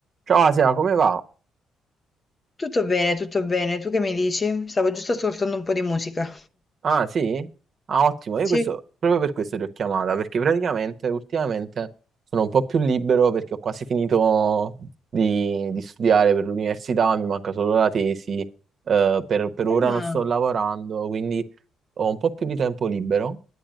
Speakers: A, on the right (about 55°); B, on the left (about 30°).
A: Ciao Asia, come va?
B: Tutto bene, tutto bene. Tu che mi dici? Stavo giusto ascoltando un po' di musica.
A: Ah, sì? Ah, ottimo, io
B: Sì.
A: questo, proprio per questo ti ho chiamata, perché praticamente ultimamente sono un po' più libero perché ho quasi finito di, di studiare per l'università, mi manca solo la tesi, eh, per, per ora
B: Ah,
A: non sto lavorando, quindi ho un po' più di tempo libero